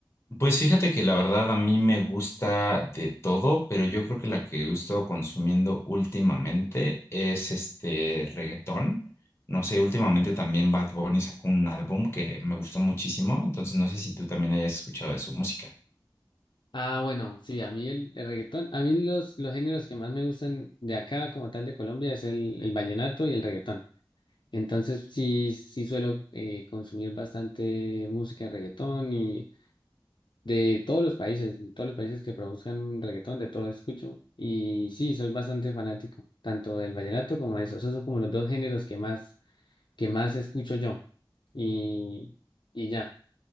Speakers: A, on the left; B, on the left.
A: Pues fíjate que la verdad a mí me gusta de todo, pero yo creo que la que he estado consumiendo últimamente es este reggaetón. No sé, últimamente también Bad Bunny sacó un álbum que me gustó muchísimo, entonces no sé si tú también hayas escuchado de su música.
B: Ah, bueno, sí, a mí el, el reggaetón, a mí los, los géneros que más me gustan de acá, como tal de Colombia, es el, el vallenato y el reggaetón. Entonces sí, sí suelo eh, consumir bastante música de reggaetón y de todos los países, todos los países que produzcan reggaetón, de todo escucho. Y sí, soy bastante fanático, tanto del vallenato como de eso. Esos son como los dos géneros que más, que más escucho yo. Y, y ya.